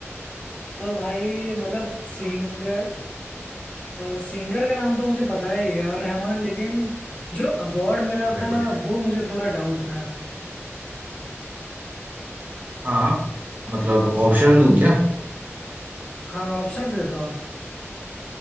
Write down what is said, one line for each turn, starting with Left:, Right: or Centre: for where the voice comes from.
Left: तो भाई मतलब सिंगर
Right: बताओ, बताओ।
Left: सिंगर का नाम तो मुझे पता है ए आर रहमान लेकिन जो अवार्ड मिला
Right: अरे भाई
Left: था
Right: बढ़िया है।
Left: वो मुझे थोड़ा डाउट
Right: सही
Left: में है
Right: है, सही है। हाँ मतलब ऑप्शन दूं क्या
Left: हाँ ऑप्शंस दे दो आप